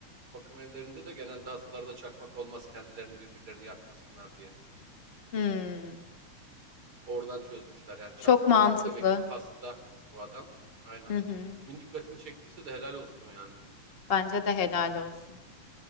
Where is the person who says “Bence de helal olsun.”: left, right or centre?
Left